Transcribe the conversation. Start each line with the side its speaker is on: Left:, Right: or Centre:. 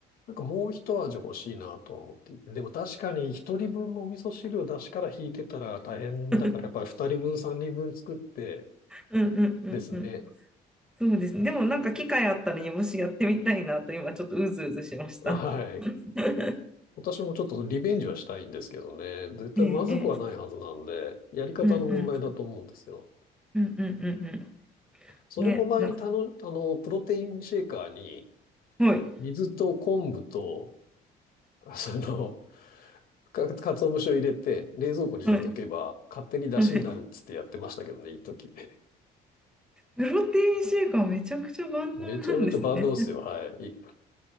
Left: なんかもう一味欲しいなとは思っていて。でも確かに一人分のお味噌汁を出しから引いてたら大変だから、
Centre: <laughs>
Left: やっぱり二人分、三人分作って
Centre: うんうんうんうん。
Left: ですね。
Centre: そうですね。でもなんか機会あったら煮干しやってみたいなと今ちょっとうずうずしました。
Left: はい。
Centre: <laughs>
Left: 私もちょっとリベンジはしたいんですけどね。絶対まずくはないはずなんで、
Centre: ええ、ええ。
Left: やり方の問題だと思うんですよ。
Centre: うんうん。うんうんうん
Left: それも前にたの、
Centre: うん。ね、なんか、
Left: あの、プロテインシェーカーに
Centre: はい。
Left: 水と昆布と、その、か、か節を入れて、冷蔵庫に入れとけば、
Centre: は
Left: 勝手に出汁になるっつってやってましたけどね、
Centre: い。はい。
Left: 一時。<laughs>
Centre: プロテインシェイカーめちゃくちゃ万能なんですね。
Left: めちゃめちゃ万能っすよ、はい。い